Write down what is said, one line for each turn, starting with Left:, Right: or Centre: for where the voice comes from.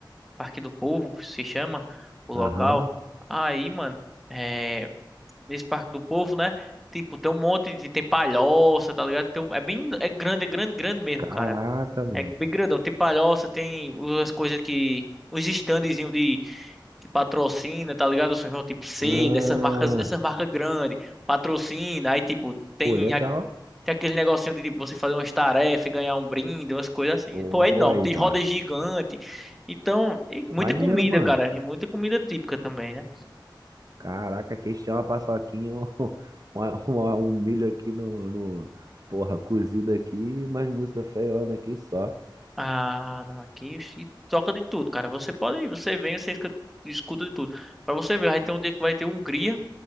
Centre: Parque do Povo se chama o local.
Right: aham.
Centre: Aí, mano, é, nesse Parque do Povo, né? Tipo, tem um monte de, tem palhoça, tá ligado? Tem um- é bem, é grande, é grande, grande mesmo,
Right: Caraca,
Centre: cara.
Right: mano.
Centre: É bem grandão. Tem palhoça, tem umas coisas que. os standzinhos de que patrocina, tá ligado? O São João tipo C,
Right: Ah,
Centre: dessas marcas, essas marcas grandes, patrocina, aí tipo, tem,
Right: pô, legal.
Centre: a- tem aquele negocinho de tipo você fazer umas tarefas, e ganhar um brinde, umas coisas assim.
Right: Pô,
Centre: Pô, é enorme,
Right: aí,
Centre: tem rodas
Right: ó.
Centre: gigante. Então, e
Right: Pô,
Centre: muita
Right: maneiro,
Centre: comida,
Right: mano.
Centre: cara. E muita comida típica também, né?
Right: Caraca, aqui a gente tem uma paçoquinha, um, <laughs> uma- uma- um milho aqui no, no- Porra, cozido aqui, mais música feiona aqui só.
Centre: Ah, não, aqui se toca de tudo, cara. Você pode, você vem, você escuta escuta de tudo. Pra você ver, vai ter um dia que vai ter Hungria.